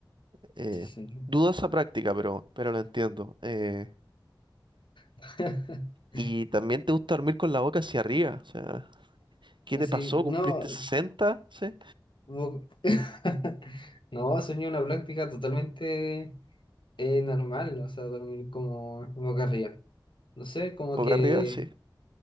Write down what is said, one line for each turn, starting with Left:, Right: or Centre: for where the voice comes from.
Right: Eh,
Left: sí, sí. sí.
Right: dudo esa práctica, pero, pero lo entiendo. Eh,
Left: <laughs>
Right: y también te gusta dormir con la boca hacia arriba, o sea, ¿qué
Left: Así,
Right: te pasó?
Left: no.
Right: ¿Cumpliste
Left: s-
Right: 60, ¿Sí?
Left: bo- <laughs> No, sueño una práctica totalmente eh, normal. O sea, dormir como boca arriba. No sé, como
Right: ¿Boca
Left: que
Right: arriba? Sí,